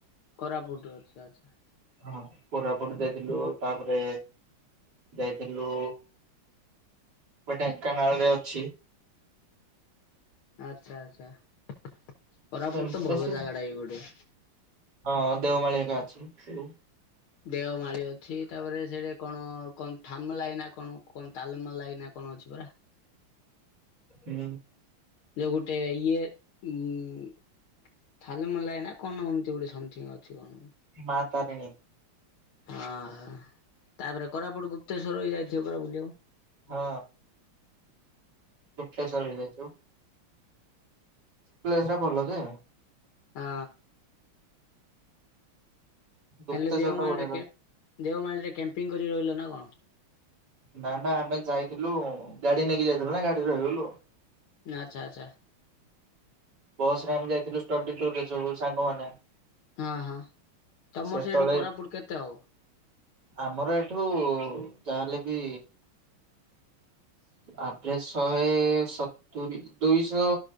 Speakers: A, on the left; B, on the right.
A: କୋରାପୁଟ ଅଚ୍ଛା, ଆଚ୍ଛା।
B: ହଁ କୋରାପୁଟ ଯାଇଥିଲୁ। ତାପରେ ଯାଇଥିଲୁ ମୁଁ ଢେଙ୍କାନାଳରେ ଅଛି।
A: ଆଚ୍ଛା, ଆଚ୍ଛା କୋରାପୁଟ
B: ସେମିତି
A: ତ ଭଲ
B: ବେଶୀ
A: ଜାଗା ଟା ଏଇ ଗୋଟେ।
B: ହଁ ଦେଓମାଳି ହେକା ଅଛି। <inaudible>
A: ଦେଅମାଳି ଅଛି, ତାପରେ ସେଠି କଣ କନ୍ ଥାମଲାଇ ନା କଣ କଣ ତାଲମଲାଇ ନା କଣ ଅଛି ପରା?
B: ହୁଁ।
A: ଯୋଉ ଗୋଟେ ଇଏ ଉଁ, ଥାଲମଲାଇ ନା କଣ ଏମତି ଗୋଟେ ସମଥିଙ୍ଗ ଅଛି କଣ?
B: ମା ତାରିଣୀ।
A: ଓହୋ, ତାପରେ କୋରାପୁଟ ଗୁପ୍ତେଶ୍ୱର ଏଇ ଯାଇଥିବ ପରା ବୁଲିବାକୁ।
B: ହଁ ଗୁପ୍ତେଶ୍ୱର ବି ଯାଇଛୁ। ପ୍ଲେସ୍ ଟା ଭଲ ଯେ।
A: ହଁ
B: ଗୁପ୍ତେଶ୍ୱର
A: ଖାଲି ଦେଓମାଳି
B: ଟା ବଢିଆ
A: ରେ
B: ଲାଗେ।
A: କେ ଦେଓମାଳିରେ କ୍ୟାମ୍ପିଂ କରିକି ରହିଲ ନା କଣ?
B: ନା ନା ଆମେ ଯାଇଥିଲୁ ଗାଡି ନେଇକି ଯାଇଥିଲୁ ନା। ଗାଡିରେ ରହିଗଲୁ ଆଉ।
A: ନା ଆଚ୍ଛା, ଆଚ୍ଛା।
B: ବସ୍ ରେ ଆମେ ଯାଇଥିଲୁ ଷ୍ଟଡି ଟୁର୍ ରେ ସବୁ ସାଙ୍ଗମାନେ।
A: ହଁ, ହଁ ତୋମର
B: ସେତେବେଳେ
A: ସେଇଠୁ କୋରାପୁଟ କେତେ ହବ?
B: ଆମର ଏଠୁ ଯାହା ହେଲେ ବି ଆଭରେଜ୍ ଶହେ ସତୁରି, ଦୁଇଶହ